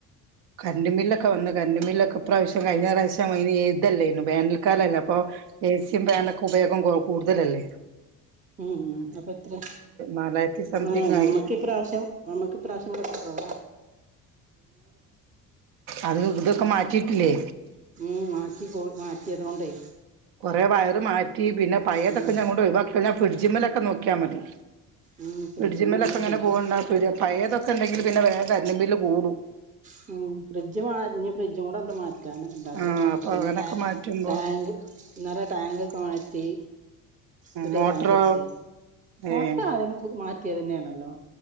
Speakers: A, on the right (about 55°); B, on the right (about 15°).
A: കര്ന്റ്ബില്ലൊക്കെ വന്ന് കര്ന്റ്ബില്ലൊക്കെ ഇപ്പ്രാവ്ശ്യം കയ്ഞ്ഞറാശ്യ യ്ന് തെല്ലാര്ന്നോ വേനൽക്കാലല്ലെ പ്പൊ ഏസ്യും
B: ഉം
A: പാനൊക്കെ ഉപയോഗം കൂട്തലല്ലേ?
B: ഉം അപെത്രെ
A: നാലായിരത്തി സംതിങ്
B: ആ നമ്മക്കിപ്പ്രാവ്ശ്യം
A: ആയി
B: നമ്മക്കിപ്പ്രാവ്ശ്യം വ് ആ.
A: അത് തൊക്കെ മാറ്റിട്ടില്ലേ?
B: ഉം മാറ്റി പൊ മാറ്റ്യേതൊണ്ടേ
A: കുറെ വയറ് മാറ്റി പിന്നെ പയെതൊക്കെ
B: ഉം
A: ഞ്ഞങ്ങോണ്ട് ഒയ് വാക്കികയ്ഞ്ഞാ ഫിഡ്ജിമ്മലൊക്കെ നോക്ക്യാ മതി
B: ഉം ഫ്രിഡ്ജന്നെ
A: ട്ജിമ്മലൊക്കെ
B: ഇനി
A: ങ്ങനെ
B: ഫ്രിഡ്ജ്
A: പോവണ്ട പയേതൊക്കെ ണ്ടെങ്കിൽ പിന്നെ വേം കര്ന്റ്ബില്ല് കൂടും
B: ഖം ഫിഡ്ജ് മാ മാറ്റ് ഞ്ഞ് ഫ്രിഡ്ജും കൂടെണ്ട് മാറ്റാൻ റ്റാണ് ല്ലാത്തൊക്കെ
A: ആഹ്
B: മാറ്റികയ്ഞ്ഞ്
A: അപ്പൊ അങ്ങനൊക്കെ
B: ട്ടാ
A: മാറ്റുമ്പോ
B: ട്ടാങ്ക് ന്നലെ ട്ടാങ്കൊക്കെ മാറ്റി പുത്യെ
A: മോട്ടറോ
B: ട്ടാങ്കെച്ച്
A: ഏഹ്
B: മോട്ട്റ് ആദ്യം പു മാറ്റ് റ്റ്യേതന്നെണല്ലോ